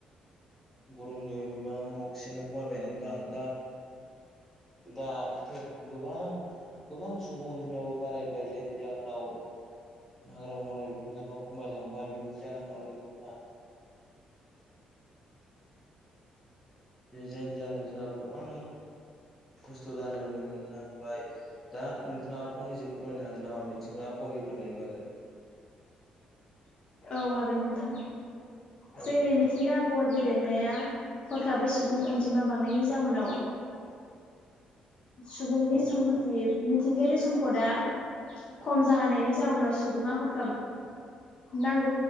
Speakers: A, in the centre; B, on the left (about 40°).
A: गरमनि बिबांया अक्सिजेना खमायबाय नोंथां दा दाथ' गोबां गोबां सुबुं अनजिमायाबो बारायबाय जायनि जाहोनाव हाग्रा बंग्रा बिफां लाइफां खमायलांबाय बिनि जाहोनावनो जोंहा जायनि जाहोनाव जोंहा गोबां खस्थ' जानो मोननांबाय दा नोंथाङा फंनैसो फोरमायनो हागोन नामा मिथिंगा <unintelligible> गेब्रेंनायनि बागै
B: औ हागोन नोंथां जोंनि
A: औ
B: मिथिंगा आबहावा गेब्रेंनाया हरखाबै सुबुं अनजिमा बांनायनि जाउनाव सुबुंनि
A: औ
B: सम्फथि मिथिंगायारि सम्पदा खम जाहोनायनि जाउनाव सुबुङा हरखाब नांगौ आव